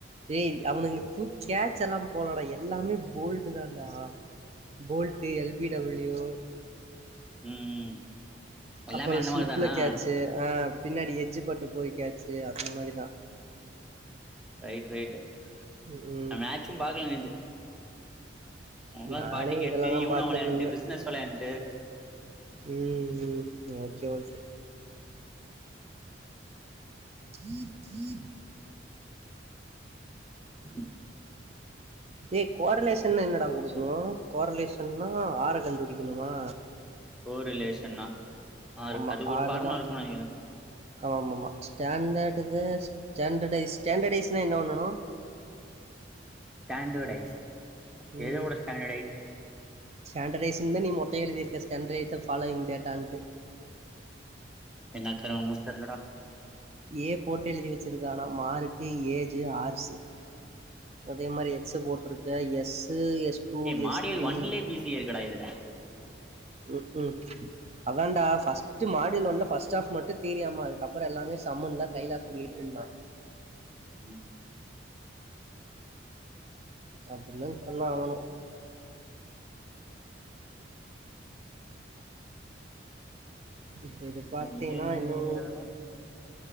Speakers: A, on the right; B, in the centre.
A: ஏய் அவனுங்க தூக் கேட்ச் எல்லாமே போலடா எல்லாமே போல்டு தா தா போல்ட் எல்பிடபிள்யூ
B: ம் ம் எல்லாமே
A: அப்புறம்
B: அந்த
A: ஸ்லிப்ல
B: மாரி தானா
A: கேச்சு ஆ பின்னாடி எஜ்ஜு பட்டு போய் கேச்சு ச்சு அந்த மாதிரிதா
B: ரைட் ரைட்டு
A: ம் ம்
B: நா மேட்சும் பாக்கல நேத்து அங்க வந்து
A: நானே
B: பாட்டு கேட்டு
A: இதெல்லாதா
B: யூனோ
A: பாத்துட்ருந்தே
B: வெளயான்ட்டு பிஸ்னஸ் வெளயான்ட்டு
A: ம் ஓகே ஓகே <inaudible>
B: ம்
A: ஏ க்வாரலேஷன்னா எ என்னடா குடுக்கணு க்வாரலேஷ ன்னா ஆற கண்டுபிடிக்கணுமா
B: போ ரிலேஷன்னா ஆறு
A: ஆமா
B: அதுக்கு
A: ஆறு
B: ஒரு ஃபார்முலா
A: தா
B: இருக்கும்னு நெனைக்கிறே
A: ஆமமா ஸ்டான்டடுதா ஸ்டான்டடைஸ் ஸ்டான்டடைஸ்னா என்ன பண்ணனு
B: ஸ்டாண்டர்டைஸ்
A: ம்
B: எதோட ஸ்டாண்டர்டைஸ்
A: ஸாண்டடைஸுன் தா நீ மட்டு எழுதிரு க்க‌ ஸ்டான்ரைட்த ஃபாலோயிங் டேட்டான்ட்டு
B: என்னக்கருமமோ தெர்லடா
A: ஏ போட்டு எழுதி வச்சிருக்க ஆனா மார்க்கு ஏஜு ஆர்சு அதே மாரி எக்ஸ போட்ருக்க எஸ் டூ
B: ஏ மாடியல்
A: எஸ் த்ரீ
B: ஒன்லே பி சி இருக்குடா இதுல
A: ம் ம் அதாண்டா ஃபர்ஸ்ட்டு மாடில் ஒன்ல ஃபர்ஸ்ட் ஹாப் மட்டு தியரியாமா அதுக்கப்புறொ எல்லாமே சம்முன் தா கைலா சொல்லிட்ருந்தா
B: ம் ம்
A: அப்டின்தா சொன்னா அவனு இப்ப இது பாத்தீன்னா
B: அய்யய்யய்யோ
A: இன்னு